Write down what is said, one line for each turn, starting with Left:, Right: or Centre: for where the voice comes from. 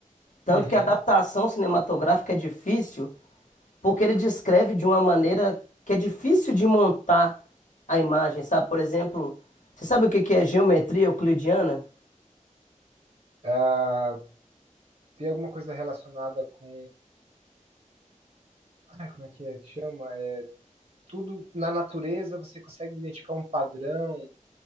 Left: Tanto
Right: Uhum.
Left: que a adaptação cinematográfica é difícil. porque ele descreve de uma maneira que é difícil de montar a imagem, sabe? Por exemplo, você sabe o que que é geometria euclidiana?
Right: Ah, tem alguma coisa relacionada com. Ah, como é que é que chama? É, tudo na natureza você consegue identificar um padrão,